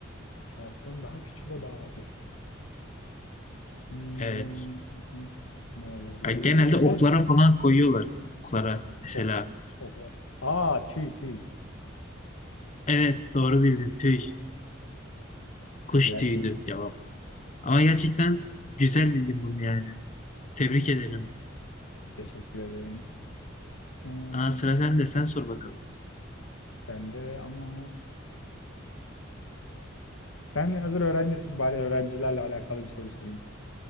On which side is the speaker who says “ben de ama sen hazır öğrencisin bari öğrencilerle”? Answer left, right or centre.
Left